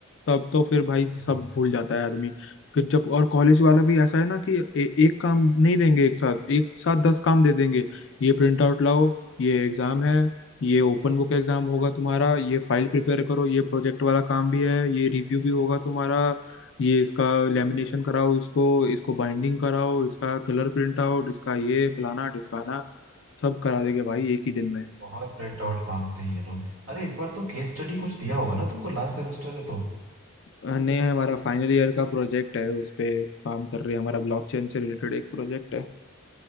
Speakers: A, on the left; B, on the right.
A: तब तो फिर भाई
B: हम्म,
A: सब भूल जाता है आदमी फिर जब और कॉलेज वाला भी ऐसा है ना कि ए, एक काम नहीं देंगे एक साथ एक साथ दस काम दे देंगे ये प्रिंट आउट लाओ ये एग्जाम है ये ओपन बुक एग्जाम होगा तुम्हारा ये फाइल प्रिपेयर करो ये प्रोजेक्ट वाला काम भी है ये रिव्यू भी होगा तुम्हारा ये इसका लेमिनेशन कराओ इसको इसको बाइंडिंग कराओ इसका कलर प्रिंट आउट इसका ये फलाना ढिमकाना सब करा देंगे भाई एक ही दिन
B: अरे
A: में
B: बहुत प्रिंट आउट मांगते हैं ये लोग अरे इस बार तो केस स्टडी कुछ दिया होगा ना तुमको लास्ट सेमेस्टर है तो
A: नहीं हमारा फाइनल ईयर का प्रोजेक्ट है उस पे काम कर रहे हैं हमारा ब्लॉकचेन से रिलेटेड एक प्रोजेक्ट है